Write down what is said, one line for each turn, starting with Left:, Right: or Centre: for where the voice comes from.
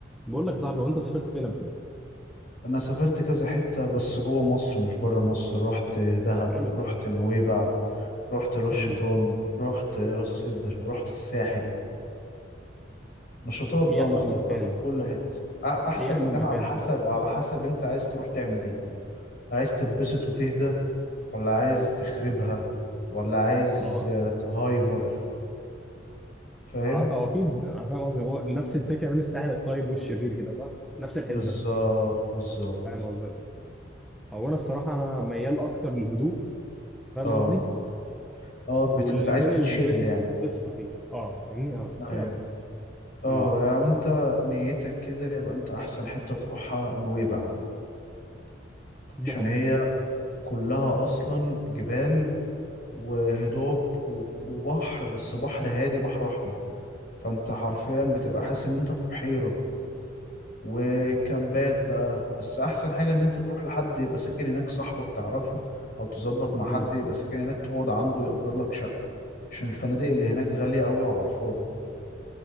Centre: بقول لك يا صاحبي وانت سافرت فين قبل كده؟
Left: انا سافرت كذا حتة بس جوه مصر مش بره مصر رحت دهب
Centre: حلو
Left: رحت نويبع رحت رش
Centre: مهم.
Left: شيطان رحت راس سدر رحت الساحل نشاطات بقى
Centre: ايه احسن
Left: مختلفة
Centre: مكان؟
Left: في كل حتة أ- احسن
Centre: ايه احسن
Left: مكان
Centre: مكان
Left: على حسب
Centre: شفته؟
Left: على حسب انت عايز تروح تعمل ايه عايز تتبسط وتهدى ولا عايز تخربها ولا عايز
Centre: اه
Left: آه، تهايبر فاهم
Centre: ع- او اكيد انا فاهم قصدي هو نفس الفكره بين الساحل الطيب والشرير كده صح؟ نفس الحسبه
Left: بالظبط بالظبط
Centre: فاهم قصدي؟ هو انا الصراحه انا ميال اكتر للهدوء فاهم
Left: اه
Centre: قصدي؟
Left: اه بت...
Centre: والمكان
Left: عايز تتشيل
Centre: اللي دماغي
Left: يعني
Centre: تصفى فيه اه فاهمني؟ اه تشيل
Left: ايوه
Centre: اوت
Left: اه
Centre: امم
Left: يعني وانت نيتك كده يبقى انت احسن حتة تروحها نويبع عشان
Centre: دهب
Left: هي كلها اصلا جبال وهضاب وب- وبحر بس بحر هادي بحر احمر فانت حرفيا بتبقى حاسس ان انت في بحيرة وكامبات بقى بس احسن حاجة ان انت تروح لحد يبقى ساكن هناك صاحبك تعرفه او تظبط مع
Centre: مم.
Left: حد يبقى ساكن هناك تقعد عنده يأجر لك شقة عشان الفنادق اللي هناك غالية قوي وعلى الفاضي